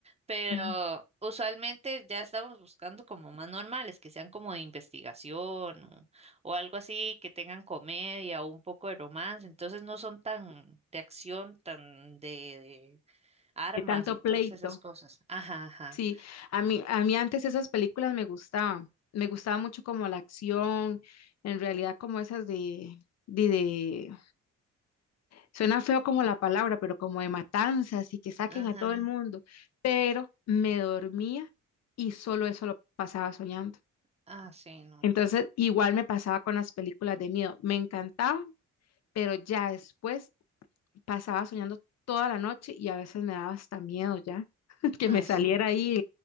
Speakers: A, on the right (about 20°); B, on the left (about 60°).
A: pero
B: Ujú.
A: usualmente ya estamos buscando como más normales, que sean como de investigación o, o algo así, que tengan comedia o un poco de romance, entonces no son tan de acción, tan de, de armas
B: de tanto
A: y todas
B: pleito.
A: esas cosas. Ajá, ajá,
B: Sí, a mí, a mí antes esas películas me gustaban, me gustaba mucho como la acción, en realidad como esas de, de, de- suena feo como la palabra, pero como de matanzas y que saquen
A: ajá,
B: a todo el mundo, pero me dormía y solo eso lo pasaba soñando.
A: ah, sí, no,
B: Entonces, igual me pasaba con las películas de miedo, me encantaban, pero ya después pasaba soñando toda la noche y a veces me daba hasta miedo ya <laughs> que
A: ah,
B: me saliera
A: sí.
B: ahí